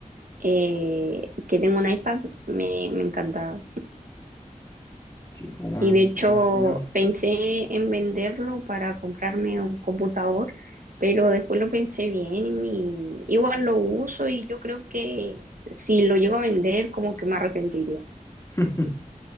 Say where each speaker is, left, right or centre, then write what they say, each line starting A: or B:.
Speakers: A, on the right; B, on the left.
A: eh, que tengo un iPad me, me encanta.
B: Sí, pues, weón,
A: Y de hecho
B: me imagino.
A: pensé en venderlo para comprarme un computador, pero después lo pensé bien y igual lo uso y yo creo que si lo llego a vender como que me arrepentiría.
B: <laughs>